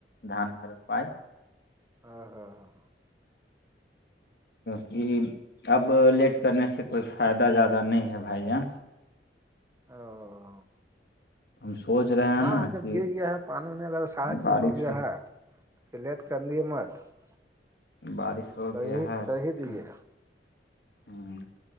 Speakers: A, on the left (about 60°); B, on the right (about 15°).
A: دان کا روپائے
B: ہاں ہاں ہاں
A: کیونکہ اب لیٹ کرنے سے کوئی فائدہ زیادہ نہیں ہے بھائی جان
B: ا
A: ہم سوچ رہے
B: ہاںاں
A: ہیں نا
B: جب
A: کہ
B: گر گیا ہے پانی ہونے والدہ سارا
A: بارش
B: چیز ہو گیا ہے پلت کرند مت <unintelligible>
A: بارش ہو
B: کر
A: گیا ہے
B: کر
A: تو
B: ہی
A: پھر
B: دیجیے
A: ہوں